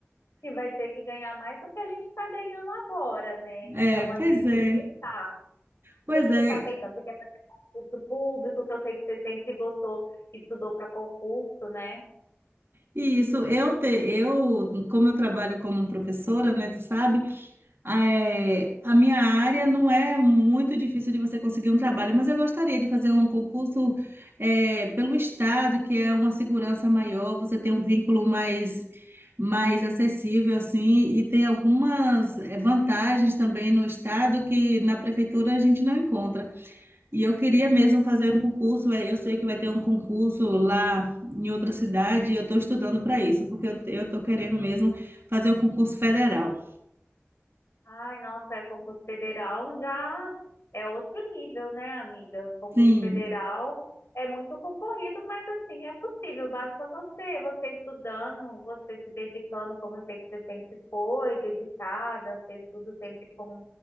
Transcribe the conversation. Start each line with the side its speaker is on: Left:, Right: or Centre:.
Left: que vai ter que ganhar mais do que a gente está ganhando agora, né?
Right: É,
Left: Então a
Right: pois
Left: gente
Right: é,
Left: tem que pensar.
Right: pois
Left: O que que
Right: é.
Left: você está pensando? Você quer fazer concurso público, que eu sei que você sempre gostou, estudou para concurso, né?
Right: E isso, eu, te, eu, como eu trabalho como professora, né, tu sabe? É, a minha área não é muito difícil de você conseguir um trabalho, mas eu gostaria de fazer um concurso, é, pelo Estado, que é uma segurança maior, você tem um vínculo mais, mais acessível, assim, e tem algumas, é, vantagens também no Estado que na prefeitura a gente não encontra. E eu queria mesmo fazer um concurso, é, eu sei que vai ter um concurso lá em outra cidade, e eu estou estudando para isso, porque eu estou querendo mesmo fazer um concurso federal.
Left: Ai, nossa, é concurso federal já é outro nível, né, amiga? Concurso
Right: Sim.
Left: federal é muito concorrido, mas assim, é possível, basta você, você estudando, você se dedicando, como eu sei que você sempre foi, dedicada, fez tudo sempre com,